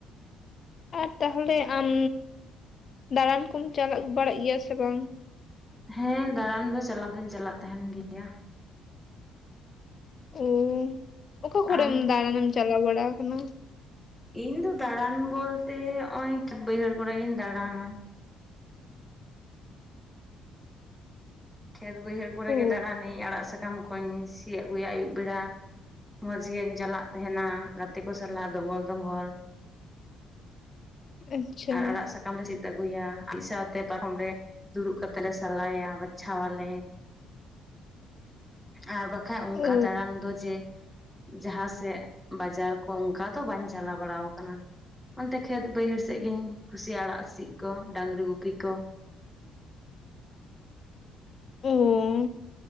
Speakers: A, on the left; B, in the centre.
A: ᱟᱨ ᱛᱟᱦᱚᱞᱮ ᱟᱢ ᱫᱟᱬᱟᱱ ᱠᱚᱢ ᱪᱟᱞᱟᱜ ᱵᱟᱲᱟᱜ ᱜᱮᱭᱟ ᱥᱮ ᱵᱟᱝ?
B: ᱦᱮᱸ ᱫᱟᱬᱟᱱ ᱫᱚ ᱪᱟᱞᱟᱣ ᱫᱚᱧ ᱪᱟᱞᱟᱜ ᱛᱟᱦᱮᱱ ᱜᱮᱭᱟ
A: ᱚ ᱚᱠᱟ ᱠᱚᱨᱮᱢ
B: ᱟᱢ
A: ᱫᱟᱬᱟᱱᱮᱢ ᱪᱟᱞᱟᱣ ᱵᱟᱲᱟ ᱟᱠᱟᱱᱟ?
B: ᱤᱧ ᱫᱚ ᱫᱟᱬᱟᱱ ᱵᱚᱞᱛᱮ ᱱᱚᱜ ᱚᱭ ᱵᱟᱹᱦᱟᱭ ᱠᱚᱨᱮ ᱜᱮᱧ ᱷᱟᱜ ᱦᱟᱫᱟᱡᱟ ᱫᱟᱬᱟᱱᱟ ᱠᱷᱮᱛ ᱵᱟᱹᱭᱦᱟᱹᱲ ᱠᱚᱨᱮᱜ
A: ᱚ
B: ᱜᱮ ᱫᱟᱬᱟᱱᱤᱧ ᱟᱲᱟᱜ ᱥᱟᱠᱟᱢ ᱠᱚᱧ ᱥᱤᱜ ᱟᱹᱜᱩᱭᱟ ᱟᱹᱭᱩᱵ ᱵᱮᱲᱟ ᱢᱚᱸᱡᱽ ᱜᱤᱧ ᱪᱟᱞᱟᱜ ᱛᱟᱦᱮᱱᱟ ᱜᱟᱛᱮ ᱠᱚ ᱥᱟᱞᱟᱜ ᱫᱚᱜᱚᱞ ᱫᱚᱜᱚᱞ
A: ᱟᱪᱪᱷᱟ
B: ᱟᱨ ᱟᱲᱟᱜ ᱥᱟᱠᱟᱢ ᱞᱮ ᱥᱤᱫ ᱟᱹᱜᱩᱭᱟ ᱢᱤᱫ ᱥᱟᱶᱛᱮ ᱯᱟᱨᱚᱢ ᱨᱮ ᱫᱩᱲᱩᱵ ᱠᱟᱛᱮ ᱞᱮ ᱥᱟᱞᱟᱭᱟ ᱵᱟᱪᱷᱟᱣᱟᱞᱮ
A: <inaudible>
B: ᱟᱨ ᱵᱟᱠᱷᱟᱡ ᱚᱱᱠᱟ
A: ᱚ
B: ᱫᱟᱬᱟᱱ ᱫᱚ ᱡᱮᱼᱼ ᱡᱟᱦᱟᱸ ᱥᱮᱫ ᱵᱟᱡᱟᱨ ᱠᱚ ᱚᱱᱠᱟ ᱫᱚ ᱵᱟᱹᱧ ᱪᱟᱞᱟᱣ ᱵᱟᱲᱟ ᱟᱠᱟᱱᱟ ᱚᱱᱛᱮ ᱠᱷᱮᱛ ᱵᱟᱹᱭᱦᱟᱹᱲᱼᱼ ᱥᱮᱫ ᱜᱮᱧ ᱠᱩᱥᱤᱭᱟᱜᱼᱟ ᱟᱲᱟᱜ ᱥᱤᱫ ᱠᱚ ᱰᱟᱹᱝᱨᱤ ᱜᱩᱯᱤ ᱠᱚ᱾
A: ᱚᱸ